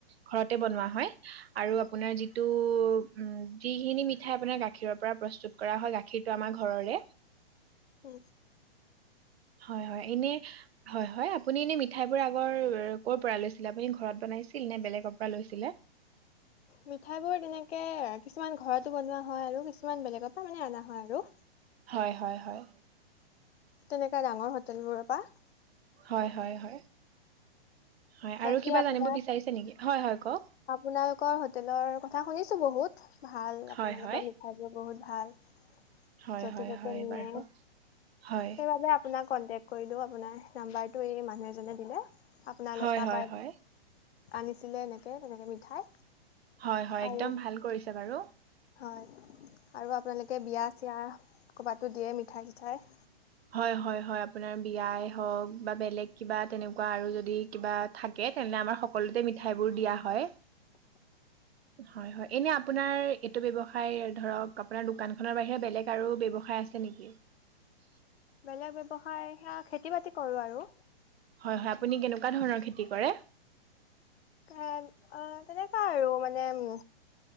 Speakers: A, on the right (about 75°); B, on the left (about 75°).
A: ঘৰতে বনোৱা হয় আৰু
B: হয়
A: আপোনাৰ যিটো উম যিখিনি মিঠাই আপোনাৰ গাখীৰৰ পৰা প্ৰস্তুত কৰা হয় গাখীৰটো আমাৰ ঘৰৰে।
B: উম।
A: হয়, হয় এনেই। হয় -হয় আপুনি এনে মিঠাই বোৰ আগৰ কৰ'ৰ পৰা লৈছিলে আপুনি ঘৰত বনাইছিল লৈছিলে। <unintelligible>
B: মিঠাই বোৰ তেনেকে কিছুমান ঘৰতো বনোৱা হয় আৰু কিছুমান বেলেগৰ পৰা মানে অনা হয় আৰু।
A: হয় হয় হয়।
B: তেনেকা ডাঙৰ হোটেল বোৰৰ পৰা
A: হয় হয় হয়। হয়
B: বাকী
A: আৰু কিবা
B: আপোনাৰ
A: জানিব বিচাৰিছে নেকি হয় হয় কওক
B: আপোনালোকৰ হোটেলৰ কথা শুনিছো বহুত ভাল
A: হয়
B: আপোনালোকৰ
A: হয়
B: মিঠাইবোৰ বহুত ভাল।
A: হয়
B: য'তে
A: হয়
B: ত'তে
A: হয়
B: নিয়ে
A: বাৰু হয়
B: সেইবাবে আপোনাক কণ্টেক্ট কৰিলোঁ আপোনাক। নম্বৰ টো এই মানুহ এজনে দিলে। আপোনাৰ
A: হয়
B: তাৰপৰা
A: হয় হয়।
B: আনিছিলে এনেকে তেনেকে মিঠাই।
A: হয় হয় একদম
B: আৰু
A: ভাল কৰিছে বাৰু।
B: হয় আৰু আপোনালোকে বিয়া চিয়া ক'ৰবাতো দিয়ে মিঠাই চিঠাই।
A: হয় হয় হয় আপোনাৰ বিয়াই হওক বা বেলেগ কিবা তেনেক কোৱা আৰু যদি কিবা থাকে তেনেহলে আমাৰ সকলোতে মিঠাইবোৰ দিয়া হয়, হয় হয়। এনে আপোনাৰ এইটো ব্যৱসায় ধৰক আপোনাৰ দোকানখনৰ বাহিৰে বেলেগ আৰু ব্যৱসায় আছে নেকি? <unintelligible>
B: বেলেগ ব্যৱসায় সেয়া খেতি বাতি কৰোঁ‌ আৰু।
A: হয় হয়। আপুনি কেনেকুৱা ধৰণৰ খেতি কৰে।
B: এ অ' তেনেকুৱা আৰু মানে উ